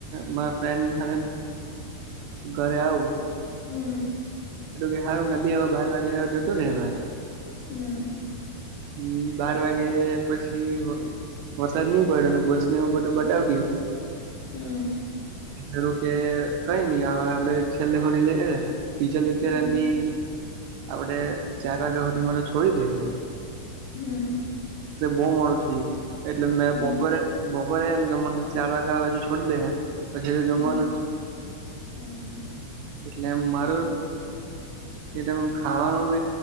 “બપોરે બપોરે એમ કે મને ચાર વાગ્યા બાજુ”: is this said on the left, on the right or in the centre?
Right